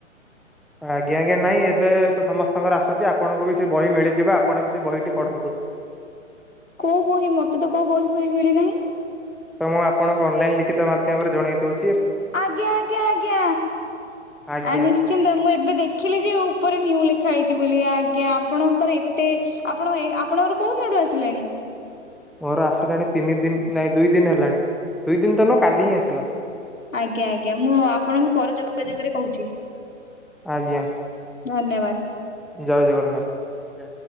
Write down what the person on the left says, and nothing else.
କୋଉ ବହି ମତେ ତ କୋଉ ବହି ଫହି ମିଳିନାହିଁ।
ଆଜ୍ଞା ଆଜ୍ଞା ଆଜ୍ଞା।
ଆ ନିଶ୍ଚିନ୍ତ
ମୁଁ ଏବେ ଦେଖିଲି ଯେଉଁ ଉପରେ ନ୍ୟୁ ଲେଖା ହେଇଚି ବୋଲି। ଆଜ୍ଞା ଆପଣଙ୍କର ଏତେ, ଆପଣ ଆପଣଙ୍କର କୋଉ ଦିନଠୁ ଆସିଲାଣି?
ଆଜ୍ଞା ଆଜ୍ଞା। ମୁଁ ଆପଣଙ୍କୁ ପର ଯୋଗାଯୋଗରେ କହୁଚି।
ଧନ୍ୟବାଦ।